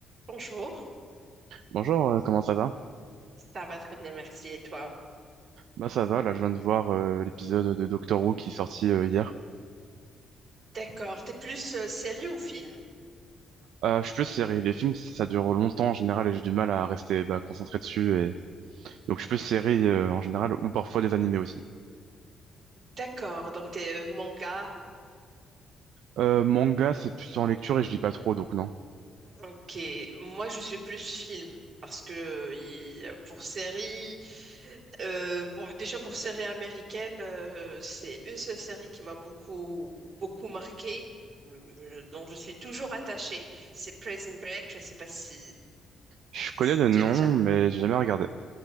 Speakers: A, on the right (about 55°); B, on the right (about 80°).
A: Bonjour,
B: Bonjour, euh, comment ça va?
A: ça va très bien, merci. Et toi?
B: Bah ça va, là je viens de voir euh, l'épisode de Doctor Who qui est sorti euh, hier.
A: D'accord, t'es plus euh, série ou film?
B: Euh, je suis plus série, les films ça dure longtemps en général et j'ai du mal à rester bah, concentré dessus et donc je suis plus série euh, en général ou parfois des animés aussi.
A: D'accord, donc t'es euh, manga.
B: Euh, manga c'est plutôt en lecture et je lis pas trop donc non.
A: Ok, moi je suis plus film parce que euh, il- pour série, euh, pour- déjà pour série américaine, euh, c'est une seule série qui m'a beaucoup beaucoup marquée, euh, dont je suis toujours attachée. C'est Prison Break. Je sais pas si,
B: Je connais
A: si
B: le
A: tu
B: nom
A: as déjà
B: mais j'ai jamais regardé.